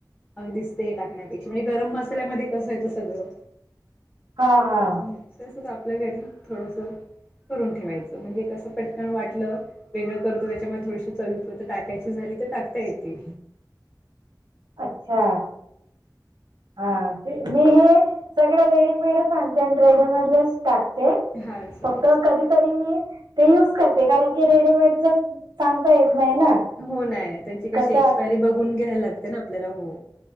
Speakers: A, on the left; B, on the right.
A: अगदीचत हे टाकण्यापेक्षा म्हणजे गरम मसाल्यामध्ये कसं येत सगळं
B: हा हा
A: ् तसच आपल्या घरी थोडस करून ठेवायचं म्हणजे कसं पटकन वाटलं वेगळं करतो त्याच्यामध्ये थोडीशी चवी पुुरत टाकायची झाली तर टाकता येते
B: अच्छा हा ते मी हे सगळ रेडीमेडच आणते आणि रेडीमेडला टाकते
A: हा अच्छा
B: फक्त कधीतरी मी ते युज करते कारण की रेडीमेडच सांगता येत नाही ना
A: हो नाही नाही त्यांची कशी
B: कसं
A: एक्सपायरी बघून घ्यायला लागते ना आपल्याला हो